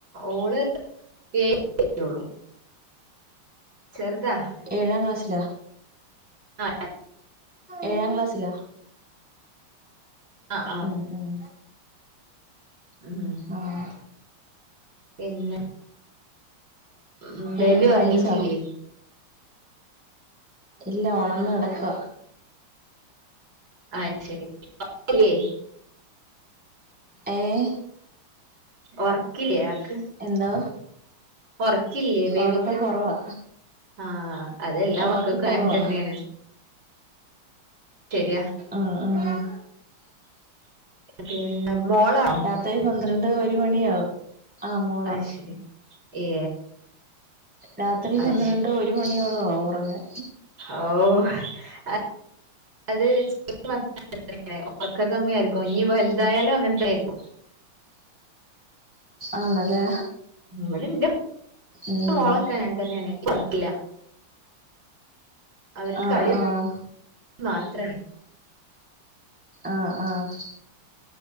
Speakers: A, on the right; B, in the centre.
A: ഓള് ഏഴ് റ്റൊള്ളൂ ചെറുതാ
B: ഏഴാം ക്ലാസ്സിലാ
A: ആഹ്
B: ഏഴാം ക്ലാസ്സിലാ
A: ആഹ് ആഹ്
B: ഉം ഉം
A: ഉം
B: ആഹ്
A: പിന്നെ ഉം
B: പിന്നെ
A: ബേബി
B: കഴിച്ചോ
A: ഒറങ്ങിട്ടില്ലേ
B: ഇല്ല ഒണന്ന് കെടക്കാ
A: അഹ് ശരി ഒറക്ക് ഇല്ലേ
B: ഏഹ്
A: ഒറക്കില്ല ആക്ക്
B: എന്തോ
A: ഒറക്കില്ലേ ബേബിക്ക്
B: ഒറക്കം കൊറവാ
A: ആഹ് അതെല്ലാ
B: ഒറക്കം
A: മക്കക്കും
B: കൊറവാ
A: അങ്ങനെ തന്നേയാണ്. ശരിയാ
B: ആഹ് ആഹ്
A: പിന്നെ മോളാണോ?
B: രാത്രി പന്ത്രണ്ട് ഒരു മണിയാവും ആ മോള
A: അത് ശരി ഏ
B: രാത്രി
A: അത്
B: പന്ത്രണ്ട്
A: ശരി
B: ഒരു മണിയോളാവും ഒറങ്ങാൻ
A: ഓഹ് അ അത് <unintelligible> ഒറക്ക കമ്മി ആയിരിക്കും ഇനി വലുതായാലും അങ്ങനത്തായിരിക്കും.
B: ആണല്ലേ
A: ഇവിടെന്റെ
B: ഉം
A: മോളക്കങ്ങൻ തന്നേണ് ഒറക്കില്ല അവർക്ക്
B: ആഹ്
A: കളി
B: ആഹ്
A: മാത്രാണ്
B: ആഹ് ആഹ്